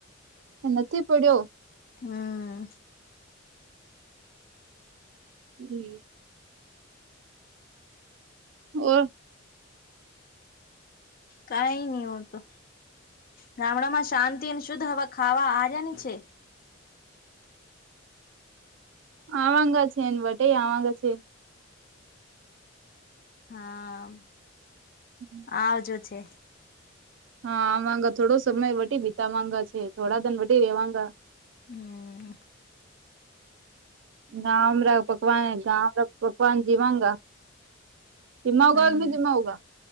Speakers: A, on the right; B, on the left.
A: નથી પડ્યો?
B: હમ
A: હમમ ઓર
B: કઈ નહ હો તો ગામડામાં શાંતિ અને શુદ્ધ હવા ખાવા આવ્યા ને છે.
A: આવાંગ છે એ વટે આવાંગ છેે.
B: હા.
A: <inaudible>
B: આજો છે.
A: હા વાગા થોડો સમય વટી બીતા વાગા છે થોડા ધન વ રેવાગા.
B: હા.
A: ગામ પકવાન ગામ પકવાન જીવાંગા <inaudible>
B: હમ
A: કે નહી જીમાવગા